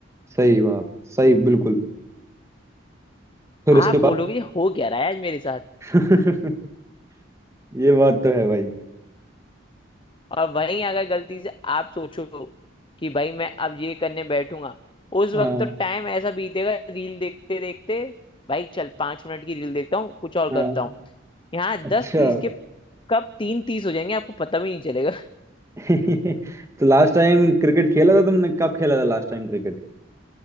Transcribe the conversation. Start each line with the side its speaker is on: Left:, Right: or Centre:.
Right: सही बात सही बिल्कुल फिर उसके
Left: आप बोलोगे
Right: बाद
Left: ये हो क्या रहा है आज मेरे साथ
Right: <laughs> ये बात तो है भाई
Left: और वहीं अगर गलती से आप सोचो कि भाई मैं अब ये करने बैठूंगा उस
Right: हाँ
Left: वक्त तो टाइम ऐसा बीतेगा रील देखते देखते भाई चल पांच मिनट की रील देखता हूँ कुछ और
Right: हाँ
Left: करता हूँ यहाँ
Right: अच्छा
Left: दस तीस के कब तीन तीस हो जाएंगे आपको पता भी नहीं चलेगा <laughs>
Right: <laughs> तो लास्ट टाइम क्रिकेट खेला था तुमने कब खेला था लास्ट टाइम क्रिकेट